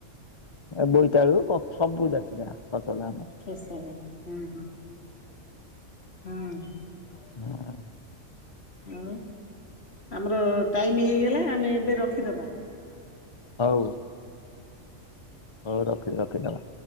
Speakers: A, on the left; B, on the left.
A: ଏ ବୋଇତାଳୁ କ ସବୁ ଜାତିକା ଫସଲ ଆମର।
B: ଫସଲ ହଁ ହଁ ହଁ।
A: ହୁଁ।
B: ଆଉ ଆମର ଟାଇମି ହେଇଗଲା ଆମେ ଏବେ ରଖିଦବା।
A: ହଉ। ହଉ ରଖି -ରଖି ଦବା।